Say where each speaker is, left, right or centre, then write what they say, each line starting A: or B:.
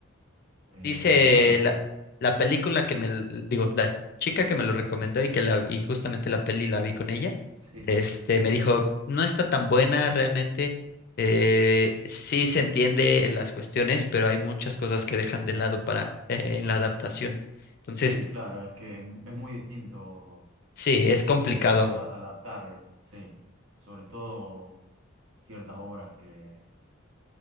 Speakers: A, on the right; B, on the left.
A: Eh,
B: Dice
A: bueno,
B: la, la película que me, l- digo, la chica que me lo recomendó y que la, y justamente la peli la vi con ella,
A: sí.
B: este, me dijo, no está tan buena realmente, eh, sí se entiende las cuestiones, pero hay muchas cosas que dejan de lado para, eh, en la adaptación. Entonces,
A: Sí, claro, es que es, es muy distinto,
B: sí, es complicado.
A: es muy distinto a- adaptar, sí. Sobre todo ciertas obras que,